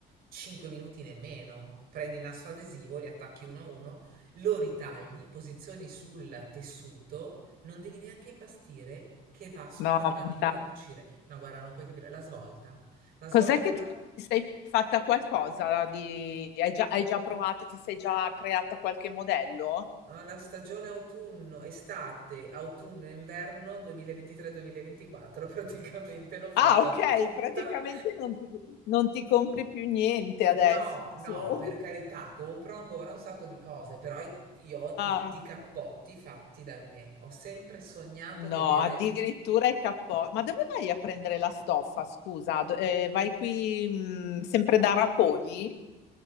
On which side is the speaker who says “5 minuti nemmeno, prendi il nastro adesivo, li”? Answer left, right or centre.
Right